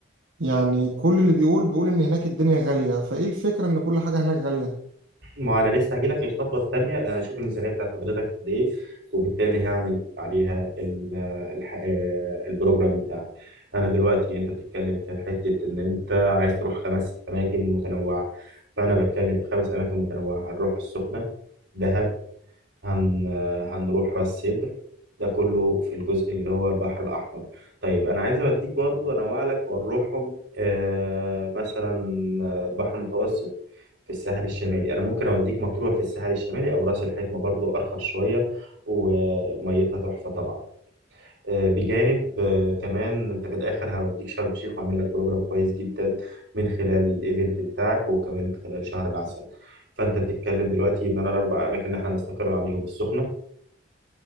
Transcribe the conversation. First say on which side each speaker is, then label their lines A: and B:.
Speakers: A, on the right; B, on the right.
A: يعني كل اللي بيقول بيقول إن هناك الدنيا غالية فإيه الفكرة إن كل حاجة هناك غالية
B: ما انا لسه هجيلك في الخطوه الثانيه انا اشوف الميزانيه بتاعت حضرتك قد ايه وبالتالي هعمل عليها ال- الح- آه، البروجرام بتاعك انا دلوقتي انت بتتكلم في حته ان انت عايز تروح خمس اماكن متنوعه فانا بتكلم في خمس اماكن متنوعه هنروح السخنه دهب هن... هنروح راس سدر ده كله في الجزء اللي هو البحر الأحمر طيب أنا عايز أوديك برضو أنوع لك ونروحهم آه مثلا آه، البحر المتوسط في الساحل الشمالي أنا ممكن أوديك مطروح في الساحل الشمالي أو راس الحكمة برضو أرخص شوية وميتها تحفة طبعا آه بجانب آه كمان أنت في الآخر هوديك شرم الشيخ وأعمل لك بروجرام كويس جدا من خلال الإيفنت بتاعك وكمان خلال شهر العسل فأنت بتتكلم دلوقتي إن أنا الأربع أماكن اللي إحنا هنستقر عليهم السخنة